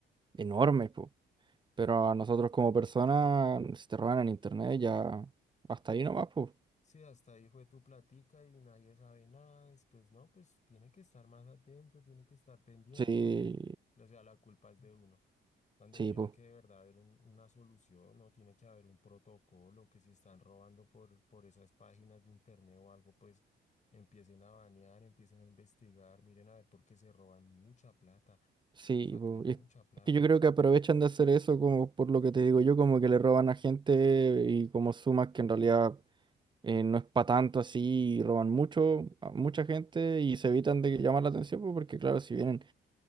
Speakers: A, on the right (about 25°); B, on the left (about 35°).
A: enormes, pues. Pero a nosotros como personas, si te roban en internet, ya hasta ahí nomás, pues.
B: Sí, hasta ahí fue tu platica y nadie sabe nada, después no, pues tiene que estar más atento, tiene que estar pendiente
A: Sí,
B: porque, o sea, la culpa es de uno. Cuando
A: sí,
B: tiene
A: pues.
B: que de verdad haber un- una solución, no tiene que haber un protocolo que si están robando por, por esas páginas de internet o algo, pues empiecen a banear, empiecen a investigar, miren a ver por qué se roban mucha plata,
A: Sí,
B: o sacan
A: po,
B: mucha
A: y es
B: plata,
A: es que yo creo que aprovechan de hacer eso como por lo que te digo yo, como que le roban a gente y como sumas que en realidad eh, no es para tanto así, y roban mucho, a mucha gente y se evitan de llamar la atención, pues, porque claro, si vienen